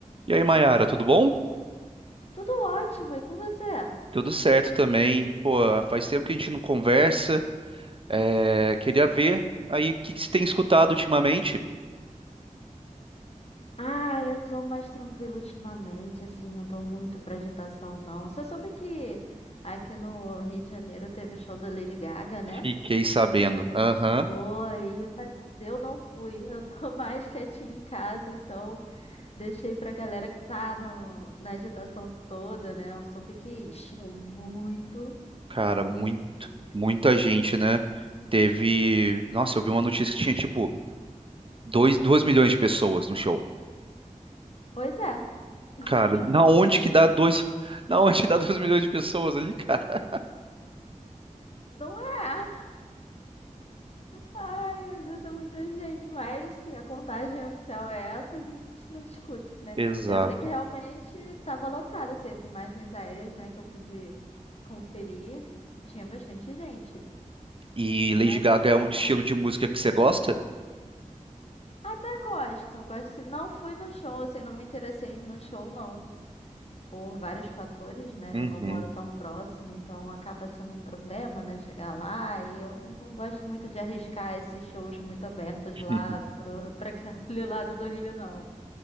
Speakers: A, on the right (about 40°); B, on the left (about 50°).
A: E aí, Mayara, tudo bom?
B: Tudo ótimo, e com você?
A: Tudo certo também. Pô, faz tempo que a gente não conversa. É, queria ver aí o que que você tem escutado ultimamente.
B: Ah, eu tô mais tranquila ultimamente, assim, não tô muito pra agitação, não. Você soube que aqui no Rio de Janeiro teve o show da Lady Gaga, né?
A: Fiquei sabendo.
B: Não.
A: Aham.
B: Tô aí, mas eu não fui. Eu tô <laughs> mais quietinha em casa, então deixei pra galera que tá no, na agitação toda, né? Eu soube que encheu muito,
A: Cara,
B: muito,
A: muito,
B: muito.
A: muita gente, né? Teve. Nossa, eu vi uma notícia que tinha tipo dois, dois milhões de pessoas no show.
B: Pois é, <laughs>
A: Cara,
B: muita
A: na onde
B: gente.
A: que dá 2? <laughs> Na onde que dá 2 milhões de pessoas ali, cara?
B: Não é? Ai, meu Deus, é muita gente, mas se a contagem oficial é essa, a gente não discute, né?
A: Exato.
B: Eu sei que realmente estava lotada, assim, as imagens aéreas, né, que eu pude conferir, tinha bastante gente,
A: E
B: mas
A: Lady Gaga
B: sei
A: é um estilo
B: lá.
A: de música que você gosta?
B: Até gosto, gosto, assim, não fui no show, assim, não me interessei no show, não. por vários fatores, né?
A: Uhum.
B: Eu não moro tão próximo, então acaba sendo um problema, né? Chegar lá e eu não gosto muito de arriscar esses shows muito abertos
A: <laughs>
B: lá pro, pra aquele <laughs> lado do Rio, não.